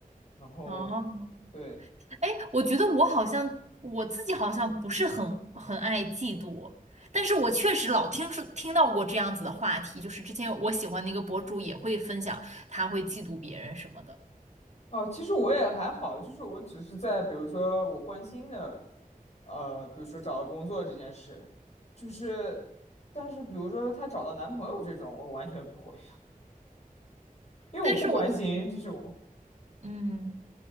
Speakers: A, on the left; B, on the right.
A: 然后
B: 哦，
A: 对，
B: 哎，我觉得我好像我自己好像不是很很爱嫉妒，但是我确实老听说听到过这样子的话题，就是之前我喜欢的一个博主也会分享他会嫉妒别人什么的，
A: 哦，其实我也还好，就是我只是在比如说我关心的，呃，比如说找到工作这件事，就是，但是比如说她找到男朋友这种，我完全不会，因为我不关心这种
B: 但是我嗯，